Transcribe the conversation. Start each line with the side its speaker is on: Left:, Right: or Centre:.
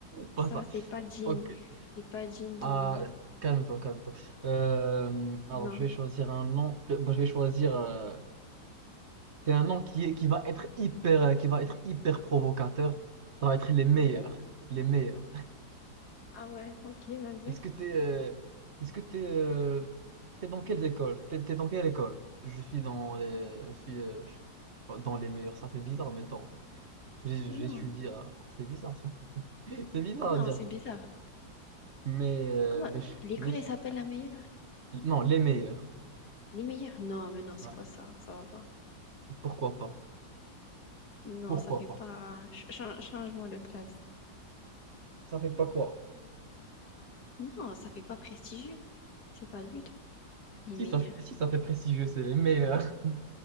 Right: pas
Left: Ça,
Right: ça.
Left: c'est pas digne.
Right: Ok,
Left: C'est pas digne de.
Right: ah, calme-toi, calme-toi. Euh, alors,
Left: Non.
Right: je vais choisir un nom, euh, bah, je vais choisir, euh, c'est un nom qui est, qui va être hyper, euh, qui va être hyper provocateur, ça va être les meilleurs,
Left: Ah ouais?
Right: les meilleurs.
Left: Ah ouais, ok, vas-y.
Right: Est-ce que t'es, euh, est-ce que t'es, euh, t'es dans quelles écoles? T'es, t'es dans quelle école? Je suis dans les, je suis, euh, je- pas dans les meilleurs. Ça fait bizarre, mais dans, j'ai- j'étudie
Left: Non,
Right: à, c'est bizarre ça, <laughs> c'est bizarre
Left: non,
Right: à dire.
Left: c'est bizarre.
Right: Mais, euh,
Left: Comment
Right: mais, je-
Left: l'école
Right: mais je-
Left: elle s'appelle la meilleure?
Right: non, les meilleurs.
Left: Les meilleurs? Non, mais non, c'est
Right: Ouais.
Left: quoi ça? Ça va pas.
Right: Pourquoi pas?
Left: Non,
Right: Pourquoi
Left: ça fait
Right: pas?
Left: pas. Ch- chan- Change-moi le blaze.
Right: Ça fait pas quoi?
Left: Non, ça fait pas prestigieux. C'est pas le but. Les
Right: Si
Left: meilleurs.
Right: ça fait, si ça fait prestigieux, c'est les meilleurs. <laughs>